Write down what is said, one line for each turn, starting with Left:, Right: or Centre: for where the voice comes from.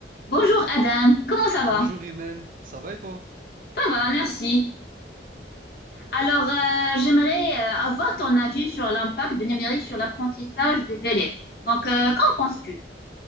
Left: Bonjour Adam, comment ça va?
Right: Bonjour Imen, ça va et toi?
Left: Ça va, merci. Alors, euh, j'aimerais euh, avoir ton avis sur l'impact du numérique sur l'apprentissage des élèves. Donc, euh, qu'en penses-tu?